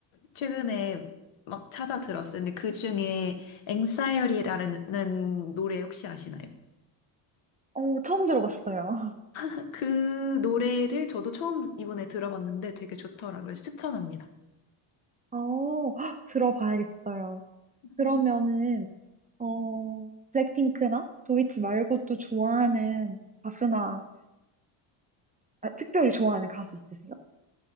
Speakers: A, on the left (about 70°); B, on the right (about 15°).
A: 최근에 막 찾아 들었어요. 근데 그 중에 앵싸이어리라는 노래 혹시 아시나요?
B: 어, 처음 들어봤어요. <laughs>
A: <laughs> 그 노래를 저도 처음 이번에 들어봤는데 되게 좋더라고요. 그래서 추천합니다.
B: 어, <gasps> 헉, 들어봐야겠어요. 그러면은,
A: 음.
B: 어, 블랙핑크나 도이치 말고 또 좋아하는 가수나, 아, 특별히 좋아하는 가수 있으세요?